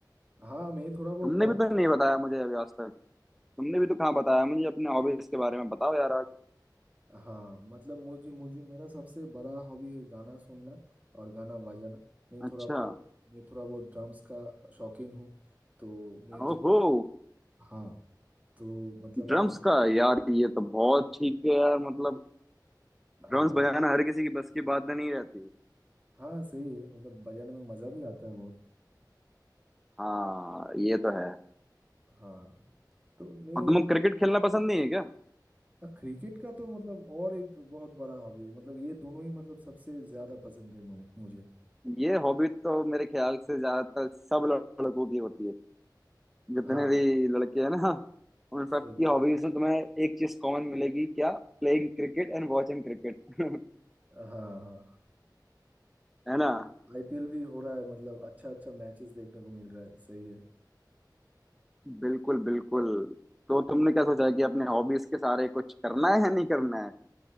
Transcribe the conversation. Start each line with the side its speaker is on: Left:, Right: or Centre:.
Right: हाँ मैं थोड़ा बहुत
Centre: तुमने
Right: गा
Centre: भी तो नहीं बताया मुझे अभी आज तक तुमने भी तो कहाँ बताया मुझे अपने हॉबीज के बारे में बताओ यार आज
Right: हाँ मतलब मुझे मुझे मेरा सबसे बड़ा हॉबी है गाना सुनना और गाना बजाना मैं
Centre: अच्छा
Right: थोड़ा बहुत मैं थोड़ा बहुत ड्रम्स का शौकीन हूँ तो मैं जितना
Centre: ओहो
Right: हाँ तो मतलब
Centre: ड्रम्स
Right: अरिजीत सिंह-
Centre: का यार ये तो बहुत ठीक है यार मतलब
Right: हाँ
Centre: ड्रम्स बजाना हर किसी की बस की बात नहीं रहती
Right: हाँ सही है मतलब बजाने में मज़ा भी आता है बहुत
Centre: हाँ ये तो है
Right: हाँ तो मैं
Centre: और तुम्हें क्रिकेट खेलना पसंद नहीं है क्या
Right: क्रिकेट का तो मतलब और एक बहुत बड़ा हॉबी है मतलब ये दोनों ही मतलब सबसे ज़्यादा पसंद है मुझे मुझे
Centre: ये हॉबी तो मेरे ख्याल से ज्यादातर सब लड़कों की होती है जितने
Right: हाँ
Centre: भी लड़के हैं ना उन सब
Right: सही
Centre: की हॉबीज में तुम्हें एक चीज कॉमन मिलेगी क्या Playing cricket and watching cricket <laughs>
Right: हाँ हाँ
Centre: है ना
Right: आईपीएल भी हो रहा है मतलब अच्छा अच्छा मैचेस देखने को मिल रहा है सही है
Centre: बिल्कुल बिल्कुल तो तुमने क्या सोचा है कि अपने हॉबीज के सारे कुछ करना है या नहीं करना है